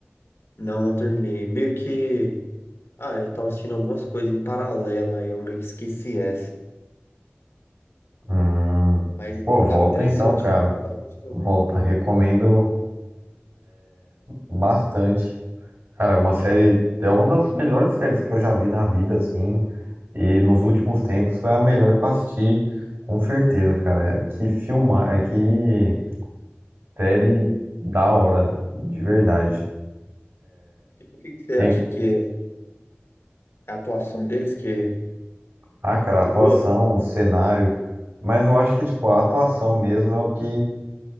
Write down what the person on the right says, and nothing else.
Hum,
pô, volta
então, cara.
Volta, recomendo bastante. Cara, é uma série, é uma das melhores séries que eu já vi na vida, assim, e nos últimos tempos foi a melhor que eu assisti, com certeza, cara. É Que filmar, é que série da hora, de verdade.
Tem,
ah,
cara,
a atuação,
o cenário, mas eu acho que, tipo, a atuação mesmo é o que,